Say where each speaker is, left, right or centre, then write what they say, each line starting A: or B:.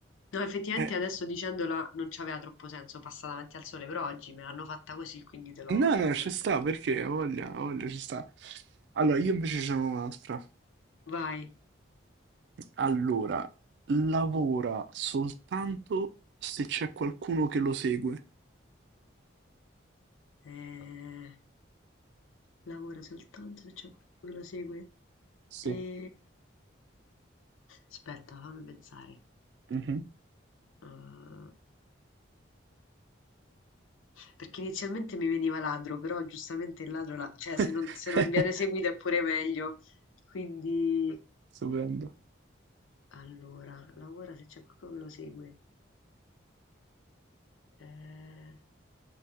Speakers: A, on the left; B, on the right.
A: No, effettivamente
B: Eh,
A: adesso dicendola non c'aveva troppo senso, passa davanti al sole, però oggi me l'hanno fatta così, quindi te lo...
B: no, no, ci
A: te
B: sta, perché ho voglia, ho voglia, ci sta. Allora, io invece ce n'ho un'altra.
A: lo- Vai.
B: Allora, lavora soltanto se c'è qualcuno che lo segue.
A: Eh, Lavora soltanto se c'è qualcuno che lo segue.
B: Sì.
A: E... Aspetta, fammi pensare.
B: Mhm.
A: Eh, Perché inizialmente mi veniva ladro, però giustamente il ladro la cioè
B: <laughs>
A: se non se non viene seguito è pure meglio. Quindi
B: Stupendo.
A: allora, lavora se c'è qualcuno che lo segue. Ehm,